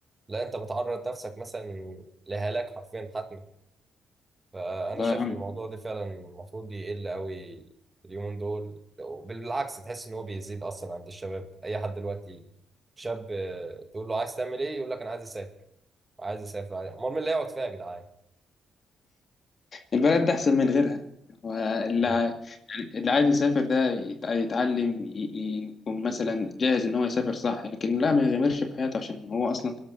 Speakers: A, on the right; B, on the left.
A: لا انت بتعرض نفسك مثلا لهلاك حرفيا حتمي فانا
B: والله
A: شايف
B: يا عم
A: ان الموضوع ده فعلا المفروض يقل قوي اليومين دول بالعكس تحس ان هو بيزيد اصلا عند الشباب اي حد دلوقتي شاب آه، تقول له عايز تعمل ايه يقول لك انا عايز اسافر عايز اسافر عايز- امال مين اللي يقعد فيها يا جدعان
B: البلد ده أحسن من غيرها هو اللي
A: أنا-
B: ع- يعني اللي عايز يسافر ده يت- يتعلم ي- ي- يكون مثلا جاهز إن هو يسافر صح لكن لا ما يغامرش بحياته عشان هو أصلا